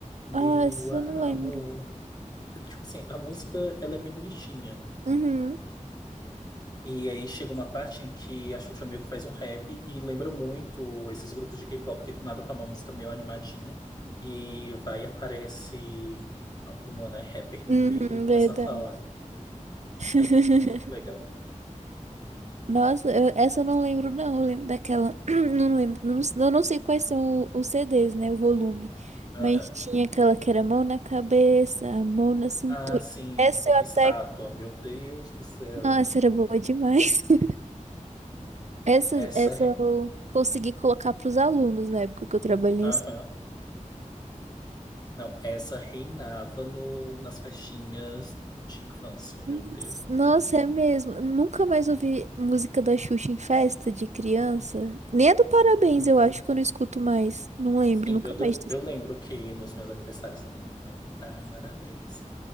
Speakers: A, on the left; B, on the right.
A: Meu
B: Ah, essa
A: amor.
B: eu não lembro.
A: Tipo assim, a música ela é bem bonitinha.
B: Uhum.
A: E aí chega uma parte em que a Xuxa meio que faz um rap e lembra muito esses grupos de K-pop, porque do nada tá uma música meio animadinha e vai e aparece uma, né, rapper no
B: Uhum,
A: meio e começa
B: verdade.
A: a falar.
B: <laughs>
A: É, é muito legal.
B: Nossa, eu- essa eu não lembro, não. Eu lembro daquela. <clears throat> Não lembro. Não, eu não sei quais são o- os CDs, né? O volume.
A: Aham.
B: Mas tinha aquela que era mão na cabeça, a mão na cintura.
A: Ah, sim,
B: Essa eu
A: estátua,
B: até.
A: meu Deus do céu.
B: Nossa, era boa demais. <laughs> Essa,
A: Essa,
B: essa
A: re-
B: eu consegui colocar para os alunos na época que eu trabalhei.
A: aham.
B: em
A: Não, essa reinava no, nas festinhas de infância, meu
B: es-
A: Deus do
B: Nossa,
A: céu.
B: é mesmo. Nunca mais ouvi música da Xuxa em festa de criança. Nem a do Parabéns,
A: Em
B: eu acho que eu não escuto mais. Não lembro,
A: Sim,
B: nunca
A: meu Deus,
B: mais.
A: eu lembro que nos meus aniversários todo mundo, né? Parabéns,